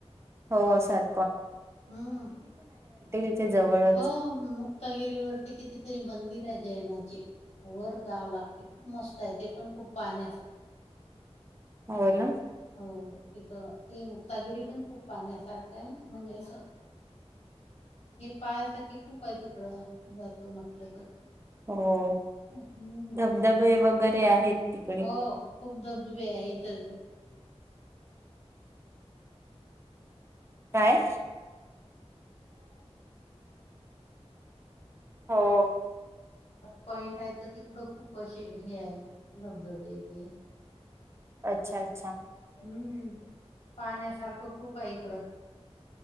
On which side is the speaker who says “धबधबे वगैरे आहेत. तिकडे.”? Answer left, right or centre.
Right